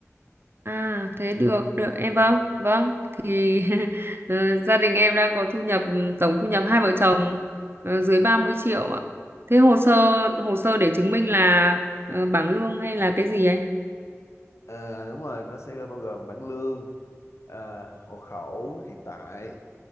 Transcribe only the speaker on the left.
Ừm,
à, đúng rồi nó sẽ bao gồm bảng lương à, hộ khẩu hiện tại